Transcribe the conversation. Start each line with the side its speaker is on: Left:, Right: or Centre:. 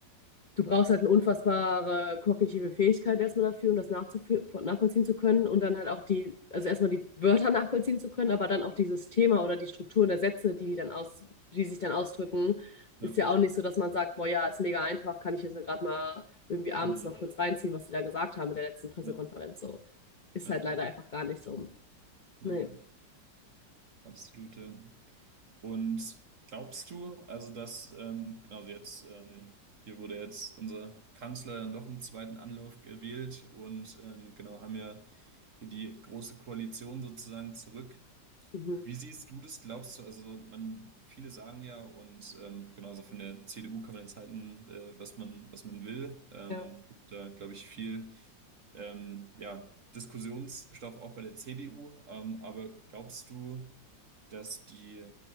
Left: du brauchst halt eine unfassbare kognitive Fähigkeit erstmal dafür, um das nachvollziehen zu können und dann halt auch die, also erstmal die Wörter <laughs> nachvollziehen zu können, aber dann auch dieses Thema oder die Strukturen der Sätze, die, die dann aus, die sich dann ausdrücken, ist
Right: Ja,
Left: ja auch nicht so, dass man sagt, boah, ja, ist mega einfach, kann ich jetzt gerade mal irgendwie abends
Right: hm,
Left: noch kurz reinziehen, was sie da gesagt haben in der letzten Pressekonferenz,
Right: ja,
Left: so. Ist
Right: ja,
Left: halt leider
Right: ja,
Left: einfach gar nicht so.
Right: ja,
Left: Nee.
Right: ja, absolut, ja. Und glaubst du, also dass, ähm, genau also jetzt, ähm, hier wurde jetzt unser Kanzler dann doch im zweiten Anlauf gewählt und ähm, genau haben ja hier die große Koalition sozusagen zurück.
Left: Mhm.
Right: Wie siehst du das? Glaubst du, also man, viele sagen ja und ähm, genauso von der CDU kann man jetzt halten, äh, was man, was man will. Ähm,
Left: Ja.
Right: gibt da, glaube ich, viel ähm, ja, Diskussionsstoff auch bei der CDU. Ähm, aber glaubst du, dass die